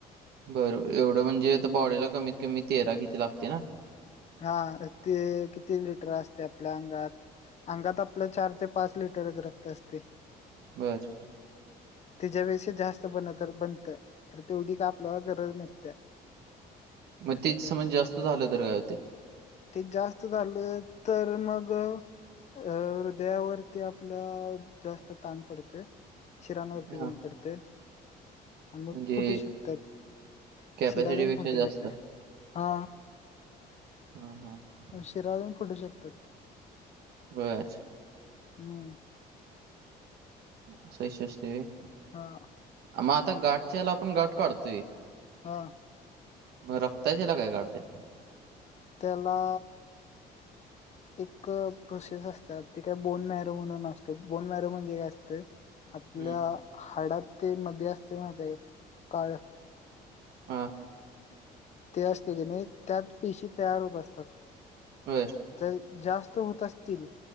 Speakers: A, on the right; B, on the left.
A: बरोर एवढं म्हणजे आता बॉडीला कमीत कमी तेरा किती लागते ना
B: हा ते किती लिटर असते आपल्या अंगात अंगात आपलं चार ते पाच लिटरच रक्त असते
A: बरं
B: त्याच्यापेक्षा जास्त बन तर बनतं कार तेवढी का आपल्याला गरज नसते
A: मग तेथ समज जास्त झालं तर काय होते
B: ते जास्त झालं तर मग अ हृदयावरती आपल्या जास्त ताण पडतोय शिराांवरती
A: हा
B: बंद पडते ते मग
A: म्हणजे
B: फुटू शकतात
A: कॅपॅसिटीपेक्षा
B: शिराला प फुट
A: जास्त
B: शकत हा
A: हम्म हम्म
B: शिरा अजून फुटू शकतात.
A: बर
B: हम्म
A: <unintelligible>
B: हा
A: मग आता गाठच्याला आपण गाठ काढतोय.
B: हा
A: मग रक्ताच्या याला काय काढत्या.
B: त्याला एक प्रोसेस असते. ते काय बोन मॅरो म्हणून असते बोन मॅरो म्हणजे काय असतं आपल्या
A: हम्म,
B: हाडात ते मध्ये असते म ते काळ
A: हम्म
B: ते असते की नाही, त्यात पिशी तयार होत असतात.
A: बर
B: ज जास्त होत असतील.